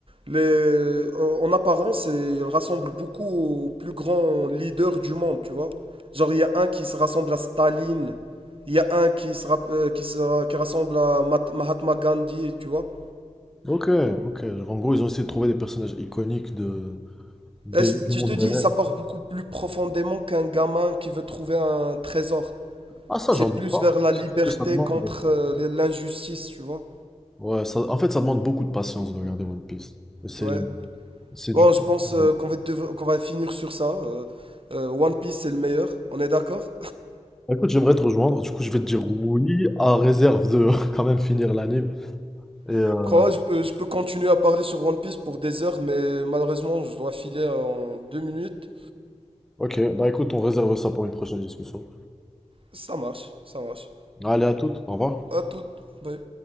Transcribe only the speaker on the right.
les. En en apparence, et ils rassemblent beaucoup aux plus grands leaders du monde, tu vois. Genre, il y a un qui se rassemble à Staline, il y a un qui se, rapp- euh, qui se- qui rassemble à Mat- Mahatma Gandhi, tu vois.
Et c-
je
te dis,
ça part beaucoup plus profondément qu'un gamin qui veut trouver un trésor.
C'est
plus
vers la
liberté
contre euh, l'injustice, tu vois.
Ouais.
Bon,
je pense
euh, qu'on va, dev- qu'on va finir sur ça. Euh, euh, One Piece, c'est le meilleur, on est d'accord?
<laughs>
Crois, je peux, je peux continuer à parler sur One Piece pour des heures, mais malheureusement, je dois filer en deux minutes.
Ça marche, ça marche.
À tout. Bye.